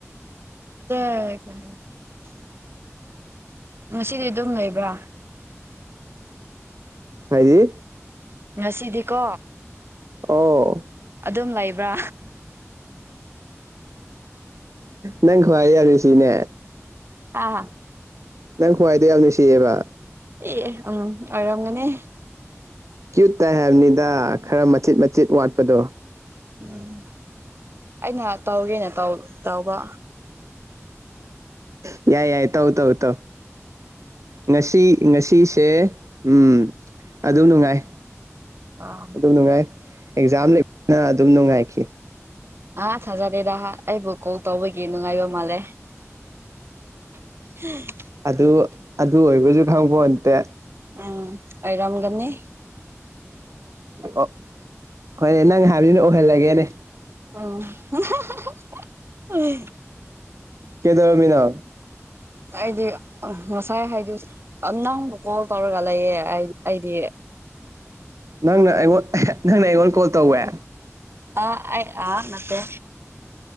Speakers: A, on the right; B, on the right.
A: ꯑꯗ ꯉꯁꯤꯗꯤ ꯑꯗꯨꯝ ꯂꯩꯕ꯭ꯔꯥ
B: ꯍꯥꯏꯗꯤ
A: ꯉꯁꯤꯗꯤꯀꯣ
B: ꯑꯣ
A: ꯑꯗꯨꯝ ꯂꯩꯕ꯭ꯔꯥ
B: ꯅꯪ ꯈꯋꯥꯥꯏ ꯌꯥꯔ ꯁꯤꯅꯦ
A: ꯑꯥ
B: ꯅꯪ ꯈ꯭ꯋꯥꯏꯗ ꯌꯥꯝ ꯅꯨꯡꯁꯤꯌꯦꯕ
A: ꯑꯩ ꯎꯝ ꯑꯔꯝꯒꯅꯦ
B: ꯀ꯭ꯌꯨꯠ ꯇꯥꯏ ꯍꯥꯏꯕꯅꯤꯗ ꯈꯔ ꯃꯆꯦꯠ ꯃꯆꯦꯠ ꯋꯥꯠꯄꯗꯣ
A: ꯎꯝ ꯑꯩꯅ ꯇꯧꯒꯦꯅ ꯇꯧ ꯇꯥꯎꯕ
B: ꯌꯥꯏ ꯌꯥꯏ ꯌꯥꯏ ꯇꯧ ꯇꯧ ꯇꯧ ꯉꯁꯤ ꯉꯁꯤ ꯁꯦ ꯎꯝ ꯑꯗꯨꯝ ꯅꯨꯡꯉꯥꯏ
A: ꯑꯥ
B: ꯑꯗꯨꯝ ꯅꯨꯡꯉꯥꯏ ꯑꯦꯛꯖꯥꯝ ꯂꯩꯅ ꯑꯗꯨꯝ ꯅꯨꯡꯉꯥꯏꯈꯤ
A: ꯑꯥ ꯊꯥꯖꯗꯦꯗ ꯑꯩꯕꯨ ꯀꯣꯜ ꯇꯧꯕꯒꯤ ꯅꯨꯡꯉꯥꯏꯕ ꯃꯥꯜꯂꯦ <unintelligible>
B: ꯑꯗꯨ ꯑꯗꯨ ꯑꯣꯏꯕꯁꯨ ꯈꯪꯕꯣꯟꯟꯇꯦ
A: ꯎꯝ ꯑꯩꯔꯝꯒꯅꯤ
B: ꯑꯣ ꯍꯣꯏꯅꯦ ꯅꯪ ꯍꯥꯏꯕꯗꯨꯅ ꯑꯣꯏꯍꯜꯂꯒꯦꯅꯦ
A: <unintelligible>
B: ꯀꯦꯗ꯭ꯔꯃꯤꯅ
A: ꯑꯩꯗꯤ ꯃꯁꯥꯏ ꯍꯥꯏꯗꯤ ꯀꯣꯜ ꯇꯧꯔꯒ ꯂꯩꯌꯦ ꯑꯩ ꯑꯩꯗꯤ
B: ꯅꯪꯅ ꯑꯩꯉꯣꯟ ꯅꯪꯅ ꯑꯩꯉꯣꯟ ꯀꯣꯜ ꯇꯧꯋꯦ
A: ꯑ ꯑꯩ ꯅꯠꯇꯦ